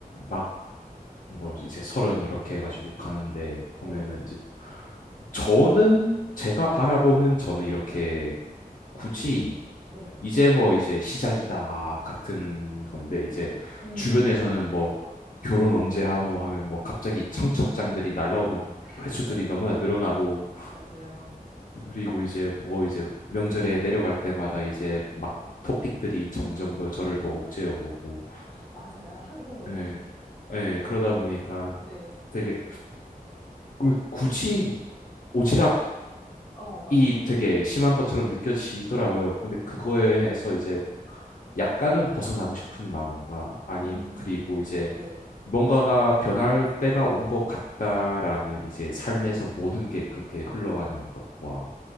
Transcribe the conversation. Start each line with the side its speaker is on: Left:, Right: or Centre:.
Left: 막 뭐 이제 서른 이렇게 해가지고 가는데 보면은
Centre: 네,
Left: 이제 저는 제가 바라보는 저는 이렇게 굳이
Centre: 네.
Left: 이제 뭐 이제 시작이다 같은 건데 이제
Centre: 음,
Left: 주변에서는
Centre: 네.
Left: 뭐 결혼 언제 하노 하면 뭐 갑자기 청첩장들이 날라오는
Centre: <laughs>
Left: 횟수들이 너무나 늘어나고
Centre: 맞아요.
Left: 그리고 이제 뭐 이제 명절에 내려갈 때마다 이제 막 토픽들이 점점 더 저를 더 옥죄어 오고
Centre: 맞아요. 한국 문화.
Left: 예, 예, 그러다 보니까
Centre: 네,
Left: 되게 그- 굳이 오지랖
Centre: 어, 맞아요.
Left: 이 되게 심한 것처럼 느껴지더라고요. 근데 그거에
Centre: 네.
Left: 해서 이제 약간은 벗어나고 싶은 마음과 아니
Centre: 음,
Left: 그리고 이제
Centre: 네.
Left: 뭔가가 변할 때가 온 것 같다라는 이제 삶에서 모든 게 그렇게 흘러가는 것과